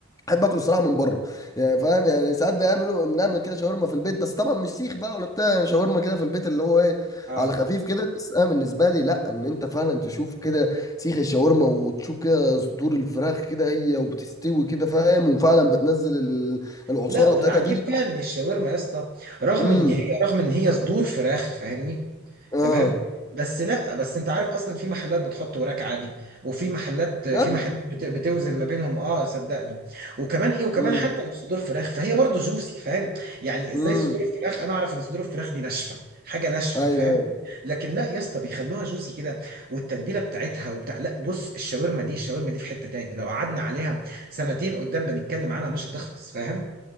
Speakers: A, on the left; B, on the right.
A: احب اكله الصراحه من بره يعني فاهم يعني ساعات بيعملوا بنعمل كده شاورما في البيت بس طبعا مش سيخ بقى ولا بتاع يعني شاورما كده في البيت اللي هو ايه
B: اه
A: على خفيف كده بس انا بالنسبه لي لا ان انت فعلا تشوف كده سيخ الشاورما وتشوف كده صدور الفراخ كده هي وبتستوي كده فاهم وفعلا بتنزل ال- العصاره
B: لا والعجيب
A: بتاعتها دي
B: فيها ان الشاورما يا اسطى رغم
A: امم
B: ان هي رغم ان هي صدور فراخ فاهمني
A: اه
B: تمام بس لا بس انت عارف اصلا في محلات بتحط وراك عادي وفي محلات في
A: بجد
B: محلات بت- بتوزن ما بينهم اه صدقني وكمان ايه وكمان
A: امم
B: حتى لو صدور فراخ فهي برضه جوسي فاهم يعني ازاي
A: امم
B: صدور الفراخ انا اعرف ان صدور الفراخ دي ناشفه حاجه ناشفه
A: ايوه
B: فاهم
A: ايوه
B: لكن لا يا اسطى بيخلوها جوسي كده والتتبيله بتاعتها وبتاع لا بص الشاورما دي الشاورما دي في حته تاني لو قعدنا عليها سنتين قدام بنتكلم عنها مش هتخلص فاهم